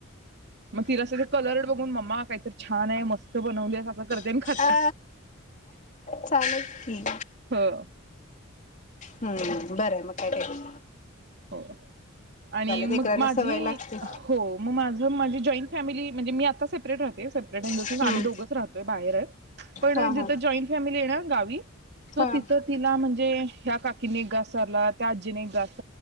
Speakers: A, on the right (about 50°); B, on the left (about 35°).
A: मग तिला कलर्ड बघून मम्मा काहीतर छान आहे मस्त बनवली आहेस अस करते. आणि
B: अ
A: खात्या
B: चालल की
A: हो
B: हम्म बरं म काय टेन्श
A: हो आणि मग
B: लेकरांना
A: माझी
B: सवय लागते
A: हो मग माझ माझी जॉईंट फॅमिली म्हणजे मी आता सेपरेट राहते सेपरेट आहे.
B: हम्म
A: आम्ही दोघच राहतोय बाहेरच पण
B: हा
A: जिथं
B: हा
A: जॉईंट फॅमिली आहे ना गावी सो
B: हा
A: तिथं तिला म्हणजे ह्या काकींनी एक घास चारला त्या आज्जीने एक घास.